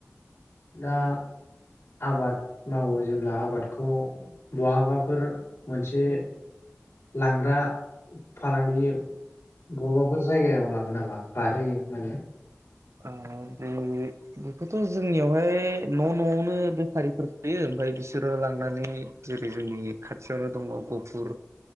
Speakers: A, on the left; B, on the right.
A: दा आबाद मावो जेब्ला आबादखौ बहाबाफोर मोनसे लांग्रा फालांगि बबावबाफोर जायगायाव लाङो नामा बारहोयो माने
B: आरो बे बेखौथ' जोंनियावहाय न' न'आवनो बेफारिफोर फैयो ओमफ्राय बिसोर बिसोरो लांनानै जेरै जोंनि खाथियावनो दङ गफुर